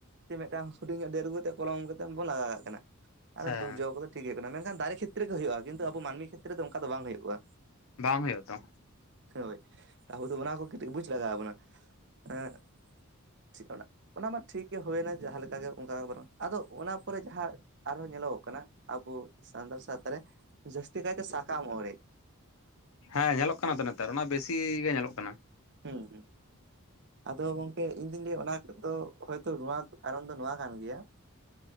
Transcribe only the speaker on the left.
ᱦᱮᱸ
ᱵᱟᱝ ᱦᱩᱭᱩᱜ ᱛᱚ
ᱦᱮᱸ ᱧᱮᱞᱚᱜ ᱠᱟᱱᱟ ᱛᱚ ᱱᱮᱛᱟᱨ ᱚᱱᱟ ᱵᱮᱥᱤ ᱜᱮ ᱧᱮᱞᱚᱜ ᱠᱟᱱᱟ